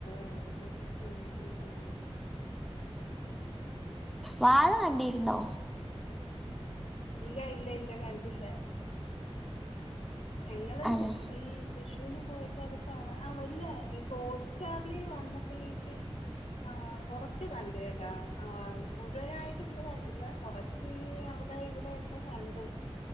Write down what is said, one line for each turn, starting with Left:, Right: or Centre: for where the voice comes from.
Left: അത് ശരി ഉ ഉ ഉ
Centre: വാഴ കണ്ടിരുന്നോ
Left: ഇല്ല ഇല്ല ഇല്ല കണ്ടില്ല ഞങ്ങള്
Centre: അതെ
Left: ഈ വിഷ് പോയപ്പോ അതൊക്കെ ആ വല്ല ഈ ഹോട്ട് സ്റ്റാറില് വന്നപ്പോഴീട്ട് ആ കൊറച്ച് കണ്ട് കേട്ടാ ആ മുഴുവനായിട്ട് ഇന്ന് കണ്ടില്ല കുറച്ച് ഇവിടെ ഇവിടെക്കെ കണ്ടു